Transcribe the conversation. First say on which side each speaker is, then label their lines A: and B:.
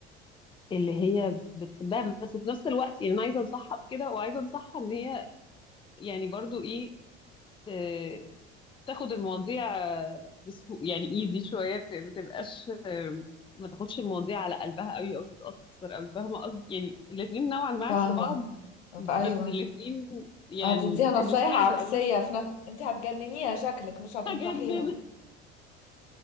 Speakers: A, on the left (about 15°); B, on the left (about 75°).
A: اللي هي بتحبها بس في نفس الوقت يعني أنا عايزة أنصحها بكده وعايزة أنصحها إن هي يعني برضو إيه ت- تاخد المواضيع بسهو يعني ايزي شوية في- ما تبقاش ما تاخدش المواضيع على قلبها قوي او تتأثر قوي فاهمة قصدي يعني الاتنين نوعا ما عكس
B: فاهمة
A: بعض بس
B: أيوة
A: الاتنين يعني
B: هتديها نصايح
A: الاتنين عايزة
B: عكسية
A: اقول لك
B: في نفس انت هتجننيها شكلك مش
A: <laughs>
B: هتنصحيها
A: حاجة اننا